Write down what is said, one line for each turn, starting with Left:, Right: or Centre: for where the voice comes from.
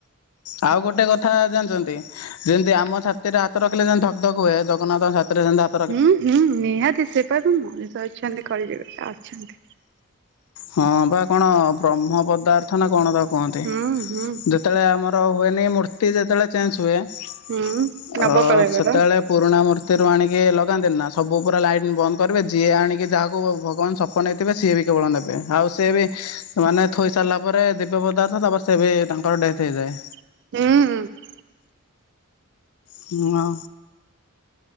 Left: ଆଉ ଗୋଟେ କଥା ଜାନିଛନ୍ତି? ଯେମିତି ଆମ ଛାତି ରେ ହାତ ରଖିଲେ ଯେମିତି ଧକ ଧକ ହୁଏ ଜଗନ୍ନାଥ ଛାତି ରେ ସେମିତି ହା
Right: ହୁଁ ହୁଁ ନିହାତି ସେ କହିବେ ମଣିଷ ଅଛନ୍ତି କରିଦେବେ ଅଛନ୍ତି।
Left: ହଁ ବା କଣ ବ୍ରହ୍ମ ପଦାର୍ଥ ନା କଣ ତା କୁହନ୍ତି।
Right: ହୁଁ
Left: ଯେ
Right: ହୁଁ
Left: ଯେତେବେଳେ ଆମର ହୁଏନି ମୂର୍ତ୍ତି ଯେତେବେଳେ ଚେଞ୍ଜ ହୁଏ। ଅ
Right: ହୁଁ ନବକଳେବର
Left: ସେତେବେଳେ ପୁରୁଣା ମୂର୍ତ୍ତିରୁ ଆଣିକି ଲଗାନ୍ତିନି ନା ସବୁ ପୁରା ଲାଇଟ୍ ବନ୍ଦ କରିବେ ଯିଏ ଆଣିକି ଯାହାକୁ ଭଗବାନ ସ ସପନେଇଥିବେ ସିଏ ବି କେବଳ ନେ ଆଉ ସିଏ ବି ମାନେ ଥୋଇ ସାରିଲା ପରେ ଦିବ୍ୟ ପଦାର୍ଥ ତାପରେ ସେ ବି ତାଙ୍କର ଡେଥ୍ ହେଇଥାଏ।
Right: ହୁଁ।
Left: ହୁଁ ଅ।